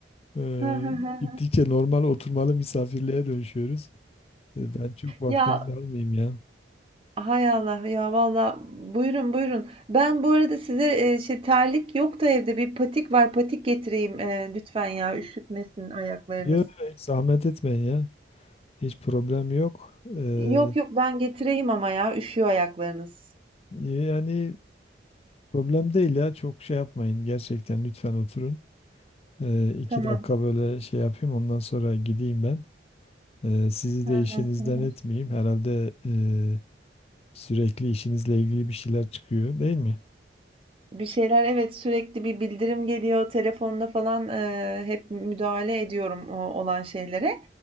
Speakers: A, on the left (about 35°); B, on the right (about 30°).
A: e,
B: <laughs>
A: gittikçe normal oturmalı misafirliğe dönüşüyoruz. E, ben çok vaktinizi
B: Ya
A: almayayım ya.
B: hay Allah ya valla buyurun buyurun. Ben bu arada size e, şey terlik yok da evde bir patik var patik getireyim e, lütfen ya üşütmesin ayaklarınız.
A: Yok, hiç zahmet etmeyin ya. Hiç problem yok. Ee,
B: Yok yok ben getireyim ama ya üşüyor ayaklarınız.
A: yani problem değil ya. Çok şey yapmayın. Gerçekten lütfen oturun. Ee, iki
B: Tamam.
A: dakika böyle şey yapayım. Ondan sonra gideyim ben. Ee, sizi
B: Hı
A: de
B: hı,
A: işinizden
B: hı hı.
A: etmeyeyim. Herhalde e, sürekli işinizle ilgili bir şeyler çıkıyor, değil mi?
B: Bir şeyler evet sürekli bir bildirim geliyor telefonda falan eee, hep müdahale ediyorum o- olan şeylere.